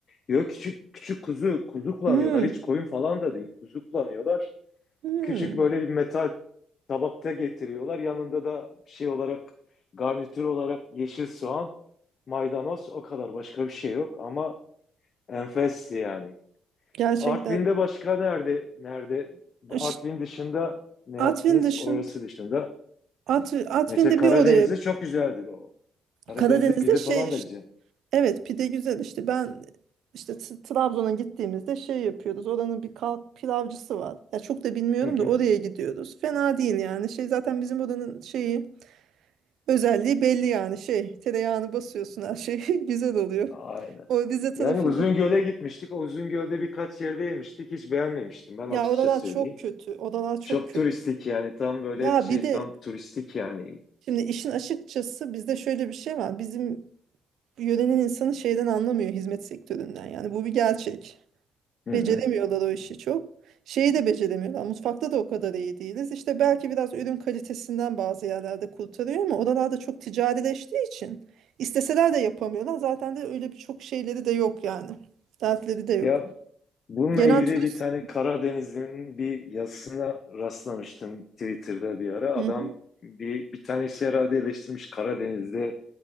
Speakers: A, on the left; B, on the right.
A: Yok küçük küçük kuzu kuzu kullanıyorlar.
B: Hı.
A: Hiç koyun falan da değil. Kuzu kullanıyorlar.
B: Hı.
A: Küçük böyle bir metal tabakta getiriyorlar. Yanında da şey olarak garnitür olarak yeşil soğan, maydanoz o kadar başka bir şey yok ama enfesti yani.
B: Gerçekten.
A: Artvin'de başka nerede nerede Artvin
B: Ş-
A: dışında ne
B: Artvin
A: yaptınız
B: dışın
A: orası dışında?
B: Artvin, Artvin'de
A: Mesela Karadeniz'de
B: bir oraya
A: çok güzeldir o. Karadeniz'de
B: Karadeniz'de
A: pide
B: şey
A: falan
B: işte.
A: da güzel.
B: Evet pide güzel işte ben işte T- Trabzon'a gittiğimizde şey yapıyoruz. Oranın bir kalk pilavcısı var. Ya çok da bilmiyorum
A: Hı hı.
B: da oraya gidiyoruz. Fena değil yani. Şey zaten bizim oranın şeyi Özelliği belli yani şey tereyağını basıyorsun her şey <laughs> güzel oluyor.
A: Aynen.
B: O Rize tarafında
A: Yani Uzungöl'e gitmiştik. O Uzungöl'de birkaç yerde yemiştik. Hiç beğenmemiştim ben
B: ya
A: açıkça
B: oralar
A: söyleyeyim.
B: çok kötü odalar çok
A: Çok
B: kötü.
A: turistik yani tam böyle
B: Ya
A: şey
B: bir de
A: tam turistik yani.
B: şimdi işin açıkçası bizde şöyle bir şey var bizim yörenin insanı şeyden anlamıyor hizmet sektöründen yani bu bir gerçek.
A: Hı
B: Beceremiyorlar
A: hı.
B: o işi çok. Şeyi de beceremiyorlar. Mutfakta da o kadar iyi değiliz. İşte belki biraz ürün kalitesinden bazı yerlerde kurtarıyor ama oralarda çok ticarileştiği için isteseler de yapamıyorlar. Zaten de öyle birçok şeyleri de yok yani. Dertleri de yok.
A: Ya bununla
B: Gelen
A: ilgili
B: turist...
A: bir tane Karadenizli'nin bir yazısına rastlamıştım Twitter'da bir ara. Adam
B: Hı hı.
A: bir, bir tanesi herhalde eleştirmiş Karadeniz'de